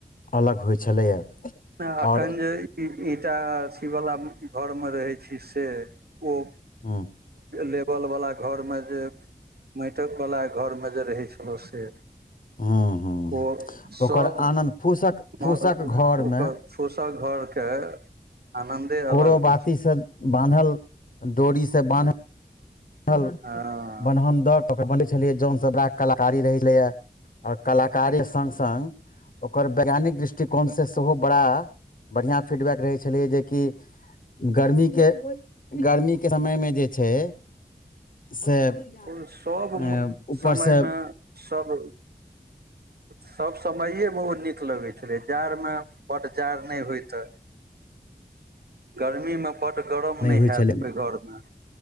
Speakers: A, on the left; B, on the right.
A: अलग होइ छलैए
B: एखन
A: आओर
B: जे ई ईटा अथीवला घरमे रहै छी से ओ
A: हँ
B: लेबल वाला घर में जे माटिकवला घरमे जे रहै छलऽ से
A: ह ह
B: ओ
A: ओकर
B: सभ
A: आनन्द फूसक फूसक
B: ओकर
A: घर पर मे
B: फूसक घरके आनन्दे अलग
A: कोरो
B: होइ
A: बाती
B: छै
A: बान्हल डोरी से बान्हल बानहल
B: हँ
A: बन्हधन दऽ कऽ ओ बनेै छलियै जोन सब ब कलाकारी रहै छलैय आओर कलाकारी संग संग ओकर वैज्ञानिक दृष्टिकोणसँ सेहो बड़ा बढ़िआँ फीडबैक रहै छलै जेकि गर्मीके गर्मीके समयमे जे छै से अ
B: ओ सब
A: ऊपरसँ
B: समयमे सब सभ समैए बहुत नीक लगैत छलै जाड़मे ब्ड जाड़ नहि होइत तऽ गर्मीमे बड् गरम नहि
A: होइ
B: हैत
A: छलै
B: ओहि घरमे